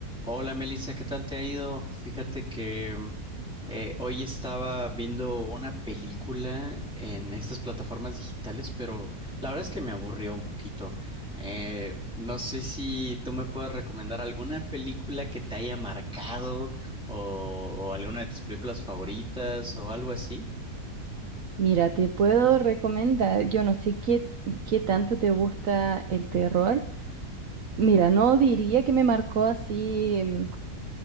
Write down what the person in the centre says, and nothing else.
Hola Melissa, ¿qué tal te ha ido? Fíjate que mm, eh, hoy estaba viendo una película en estas plataformas digitales, pero la verdad es que me aburrió un poquito. Eh, no sé si tú me puedes recomendar alguna película que te haya marcado o, o alguna de tus películas favoritas o algo así.